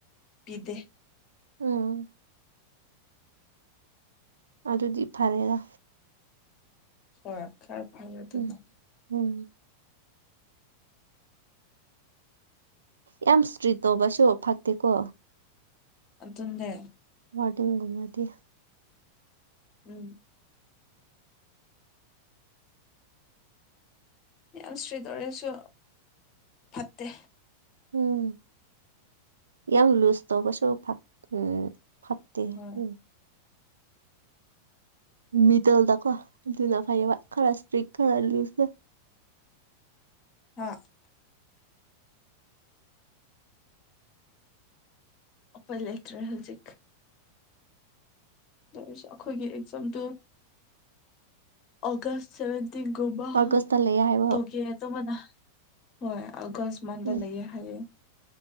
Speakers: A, on the left (about 35°); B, on the right (about 70°).
A: ꯄꯤꯗꯦ
B: ꯎꯝ ꯑꯗꯨꯗꯤ ꯐꯔꯦꯒ
A: ꯍꯣꯏ ꯈꯥꯔ ꯐꯜꯦ ꯑꯗꯨꯅ
B: ꯎꯝ ꯎꯝ ꯌꯥꯝ ꯏꯁꯇ꯭ꯔꯤꯠ ꯇꯧꯕꯁꯨ ꯐꯛꯇꯦꯀꯣ
A: ꯑꯗꯨ ꯑꯗꯨꯗꯦ
B: ꯋꯥꯔꯇꯤꯡ ꯨꯃꯗꯤ
A: ꯎꯝ ꯌꯥꯝ ꯁ꯭ꯔꯤꯗ ꯑꯣꯏꯔꯁꯨ ꯐꯠꯇꯦ
B: ꯎꯝ ꯌꯥꯝ ꯂꯨꯁ ꯇꯧꯕꯁꯨ ꯎꯝ ꯐꯠꯇꯦ
A: ꯍꯣꯏ
B: ꯎ ꯃꯤꯇꯜꯗꯀꯣ ꯑꯗꯨꯅ ꯐꯩꯌꯦꯕ ꯈꯔ ꯏꯁꯇ꯭ꯔꯤꯛ ꯈꯔ ꯂꯨꯁ
A: ꯍꯥ ꯎꯄꯥꯌ ꯂꯩꯠꯔꯦ ꯍꯧꯖꯤꯛ ꯑꯩꯈꯣꯏꯒꯤ ꯑꯦꯛꯖꯥꯝꯗꯨ ꯑꯣꯒꯁ ꯁꯚꯦꯟꯇꯤꯟꯒꯨꯝꯕ
B: ꯑꯥꯒꯁꯇ ꯂꯩꯌꯦ ꯍꯥꯏꯕ
A: ꯇꯒꯦ ꯇ ꯃꯅ ꯍꯣꯏ ꯑꯒꯁꯃꯥꯟꯗ
B: ꯎꯝ
A: ꯂꯩꯌꯦ ꯍꯥꯏꯌꯦ